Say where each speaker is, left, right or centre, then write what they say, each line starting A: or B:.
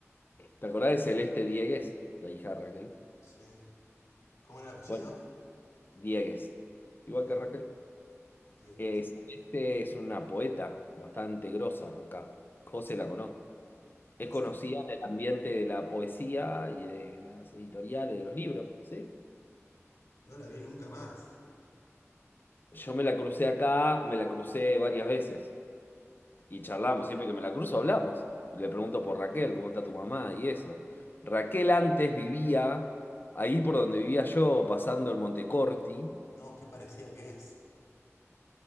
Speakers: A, on the left; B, on the left.
A: ¿Te acordás de Celeste Diegues, la hija de Raquel?
B: Sí. ¿Cómo era el apellido?
A: Bueno, Diegues, igual
B: Mirá,
A: que Raquel.
B: 10.
A: Eh, Celeste es una poeta bastante grosa acá. José
B: ¿En serio?
A: la conoce.
B: ¿En
A: Es conocida
B: serio?
A: en el ambiente de la poesía y de las editoriales, de los libros, ¿sí?
B: No la vi nunca más.
A: Yo me la crucé acá, me la crucé varias veces. Y charlamos, siempre que me la cruzo hablamos. Le pregunto por Raquel, cómo está tu mamá y eso. Raquel antes vivía ahí por donde vivía yo, pasando el Montecorti.
B: No, qué parecida que es.